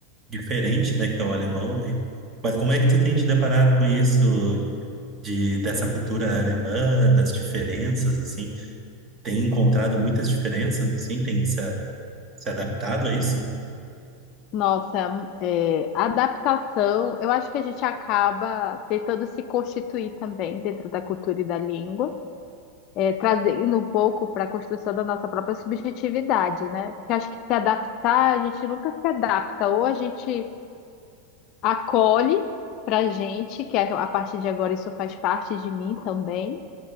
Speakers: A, on the right; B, on the left.
A: diferente, né? Que é o alemão. né? Mas como é que tu tem te deparado com isso, de, dessa cultura alemã, das diferenças, assim? Tem encontrado muitas diferenças, assim? Tem se, se adaptado a isso?
B: Nossa, é, adaptação, eu acho que a gente acaba tentando se constituir também dentro da cultura e da língua, é, trazendo um pouco para a construção da nossa própria subjetividade, né? Porque eu acho que se adaptar, a gente nunca se adapta, ou a gente acolhe para gente, que a a partir de agora isso faz parte de mim também,